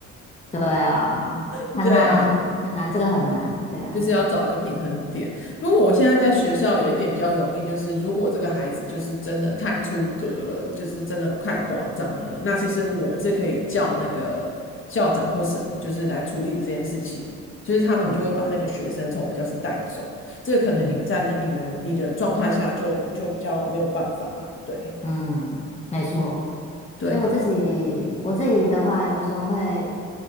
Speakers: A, on the left; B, on the left.
A: 对啊，
B: <laughs>
A: 很难很难，
B: 对啊，
A: 这个很难，对啊，
B: 就是要找一个平衡点。不过我现在在学校有一点比较容易，就是如果这个孩子就是真的太出格了，就是真的太夸张了，那其实我是可以叫那个校长或什么，
A: 嗯
B: 就是来处理这件事情。就是他们就会把那个学生从我教室带走，
A: 嗯
B: 这个可能你们在那你们你的状态下就就比较没有办法，
A: 嗯
B: 对
A: 嗯，没错。
B: 对，
A: 所以我自己我自己的话，
B: 不
A: 有的时候会